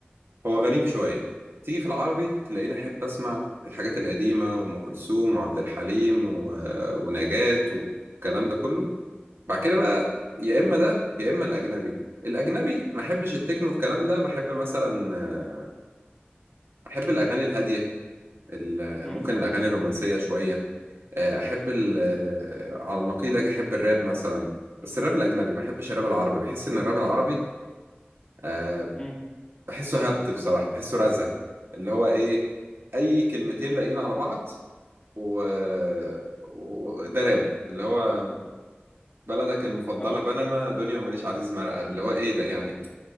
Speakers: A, on the right; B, on the left.
A: هو غريب
B: امم
A: شويه تيجي في العربي تلاقيني احب اسمع الحاجات القديمه وام كلثوم وعبد الحليم و... ونجاة والكلام ده كله بعد كده بقى يا اما ده يا اما الاجنبي الاجنبي ما احبش التكنو والكلام ده بحب مثلا آه، احب الاغاني الهاديه ال-
B: امم
A: ممكن الاغاني الرومانسيه شويه آه، احب ال آه، على النقيض اجي احب الراب مثلا بس الراب الاجنبي ما احبش الراب العربي بحس ان الراب العربي أه
B: امم
A: بحسه هبد بصراحه بحسه رزع اللي هو ايه اي كلمتين لاقيين على بعض و... وده راب اللي هو بلدك المفضله
B: اه
A: بنما دنيا وماليش عزيز مرقه اللي هو ايه ده يعني